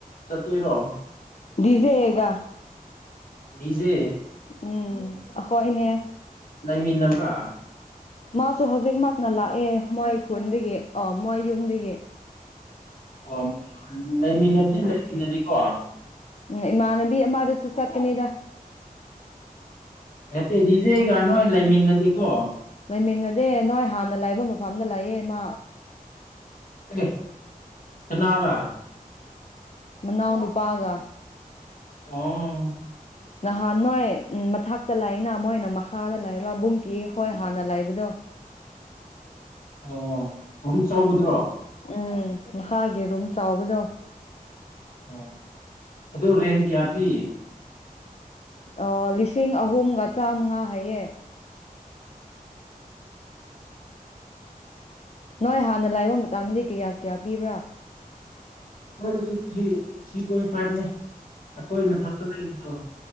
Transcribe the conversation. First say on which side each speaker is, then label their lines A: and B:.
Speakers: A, on the left (about 70°); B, on the left (about 45°).
A: ꯆꯠꯇꯣꯏꯔꯣ
B: ꯒꯤꯖꯥꯑꯦ ꯒ
A: ꯒꯤꯖꯦ
B: ꯎꯝ ꯑꯈꯣꯏꯅꯦ
A: ꯂꯩꯃꯤꯟꯅꯕ꯭ꯔꯥ
B: ꯃꯥꯁꯨ ꯍꯧꯖꯤꯛꯃꯛꯅ ꯂꯥꯛꯑꯦ ꯃꯣꯏ ꯈꯨꯟꯗꯒꯤ ꯑ ꯃꯣꯏ ꯌꯨꯝꯗꯒꯤ
A: ꯑꯣ ꯂꯩꯃꯤꯟꯅꯕꯗꯤ ꯂꯩꯃꯤꯟꯅꯔꯤꯀꯣ
B: ꯎꯝ ꯏꯃꯥꯟꯅꯕꯤ ꯑꯃꯗꯁꯨ ꯆꯠꯀꯅꯤꯗ
A: ꯍꯦꯠꯇꯦ ꯏꯖꯦꯒ ꯅꯣꯏ ꯂꯩꯃꯤꯟꯅꯗꯦꯀꯣ
B: ꯂꯩꯃꯤꯟꯅꯗꯦ ꯅꯣꯏ ꯍꯥꯟꯅ ꯂꯥꯏꯕ ꯃꯐꯝꯗ ꯂꯩꯑꯦ ꯃꯥ
A: ꯑꯦ ꯀꯅꯥꯒ
B: ꯅꯅꯥꯎꯅꯨꯄꯥꯒ
A: ꯑꯣ
B: ꯅꯍꯥꯟ ꯅꯣꯏ ꯎꯝ ꯃꯊꯛꯇ ꯂꯥꯛꯏꯅ ꯃꯣꯏꯅ ꯃꯈꯥꯗ ꯂꯩꯕ ꯕꯨꯡꯀꯤ ꯍꯣꯏ ꯍꯥꯟꯅ ꯂꯩꯕꯗꯣ
A: ꯑꯣ ꯐꯕꯨꯡ ꯆꯥꯎꯕꯗꯨꯔꯣ
B: ꯎꯝ ꯃꯈꯥꯒꯤ ꯔꯨꯝ ꯆꯥꯎꯕꯗꯣ
A: ꯎ ꯑꯗꯨ ꯔꯦꯟ ꯀꯌꯥ ꯄꯤ
B: ꯑ ꯂꯤꯁꯤꯡ ꯑꯍꯨꯝꯒ ꯆꯥꯃꯉꯥ ꯍꯥꯏꯌꯦ ꯅꯣꯏ ꯍꯥꯟꯅ ꯂꯥꯏꯕ ꯃꯇꯝꯗꯗꯤ ꯀꯌꯥ ꯀꯌꯥ ꯄꯤꯕ꯭ꯔꯥ
A: ꯑꯩꯈꯣꯏꯗꯁꯨ ꯊꯔꯤ ꯊ꯭ꯔꯤ ꯄꯣꯢꯟ ꯐꯥꯏꯚꯅꯦ ꯑꯈꯣꯏ ꯃꯊꯛꯛꯇ ꯂꯩꯕꯗꯣ